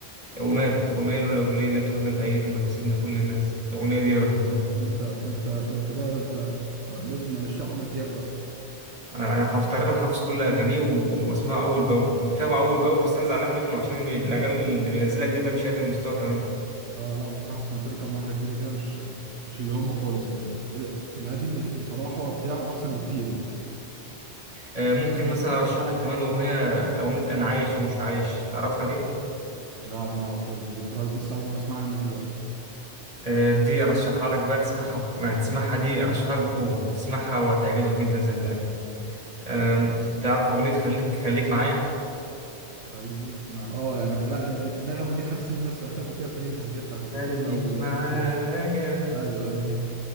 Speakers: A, on the right; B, on the right.
A: وماله وماله لو ليلة تهنا بعيد وسيبنا كل الناس الأغنية دي أنا بحبها
B: لا ده انت ده انت ده انت بقى ده انت بقى- بص من عشاق عمرو دياب بقى
A: أنا أنا حافظ تقريبا حافظ كل أغانيه وبسمعه أول بأول ومتابعه أول بأول بس أنا زعلان منه عشان بي- الأغاني اللي بينزلها جديد ده مش قادر المستوى تمام
B: اه لا بصراحه سمعت له كام واحده جديده كده مش مش اللي هم خالص يعني ال- القديم بص- بصراحه هو بتاعه احسن بكتير يعني
A: آه، ممكن مثلا أرشح لك كمان أغنية أغنية أنا عايش ومش عايش تعرفها دي
B: لا دي ما اعرفهاش دي دي بصراحه لسه اول مره اسمعها منك دلوقتي
A: آه، دي أرشحها لك بقى تسمعها يعني تسمعها دي أرشحها بقوة تسمعها وهتعجبك جدا صدقني آم، تعرف أغنية خليك خليك معايا
B: خليك مع اه يعني لا ال- ال- النغمه دي حاسس ان انا سمعتها قبل كده في ريلز كده بتاع التيك
A: خليك
B: توك او الفيسبوك
A: معايا
B: ايوه هي دي